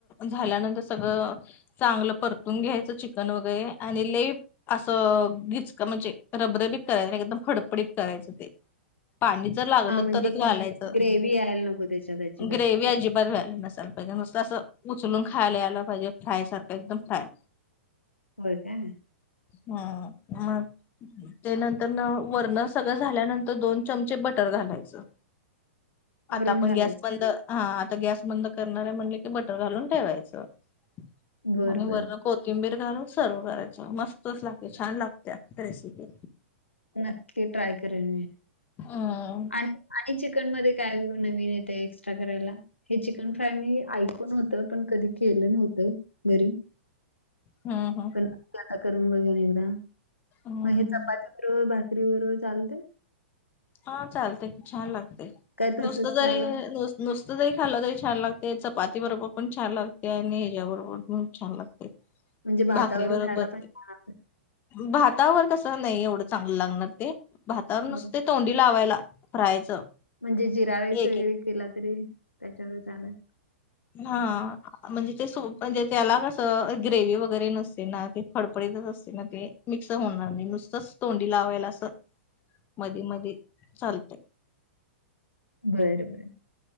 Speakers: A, on the left; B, on the left.
A: झाल्यानंतर सगळं चांगलं परतून घ्यायचं चिकन वगैरे आणि लेफ असं घिचक म्हणजे रबरबीत करायचं एकदम फडपडीत करायचं ते पाणी जर लागल
B: हा म्हणजे
A: तरच घालायचं
B: ग्रेव्ही यायला नको त्याच्यात अजिबात
A: ग्रेव अजिबात व्यायला नसायला पाहिजे मस्त असं उचलून खायला यायला पाहिजे फ्राय सारखं एकदम फ्राय
B: होय काय,
A: हा मग ते नंतर न वरण सगळं झाल्यानंतर दोन चमचे बटर घालायचं.
B: वरून
A: आता आपण
B: घालायचं
A: गॅस बंद
B: का
A: हा आता गॅस बंद करणार आहे म्हण की बटर घालून ठेवायच आणि
B: बर
A: वर
B: बर
A: किंबीर घाल सर्व करायच मस्तच लागते छान लागते रेसिपी
B: नक्की ट्राय करेन मी,
A: ह
B: आणि आणि चिकन मध्ये काय नवीन येते एक्स्ट्रा करायला. हे चिकन फ्राय मी ऐकून होतं पण कधी केलं नव्हतं घरी
A: हम हम
B: पण आता करून बघ एकदा
A: हम्म
B: मग हे चपाती बरोबर भाकरी बरोबर चालते.
A: हा चालते खूप छान लागते
B: काय तसच
A: नुसतं
B: खायला
A: तरी नुस नुसतं जरी खालं तरी छान लागते चपाती बरोबर पण छान लागते आणि हच्या्याबरोबर पण छान लागते.
B: म्हणजे भातावर
A: भाकरी बरोबर
B: खायला पण छान लागतं.
A: भातावर कसं नाही एवढं चांगलं लागणार ते भातावर नुस
B: होय
A: तोंडी लावायला फ्रायचं,
B: म्हणजे जिरा राईस
A: एक
B: वगैरे
A: एक
B: केला तरी त्याच्यावर चालाय.
A: हा म्हणजे ते सूप म्हणजे त्याला कसं ग्रेव वगैरे नसते ना ते फडफडीतच असते ना ते मिक्स होणार नाही नुसतंच तोंडी लावायला असं मधी मध चालतय.
B: बर बर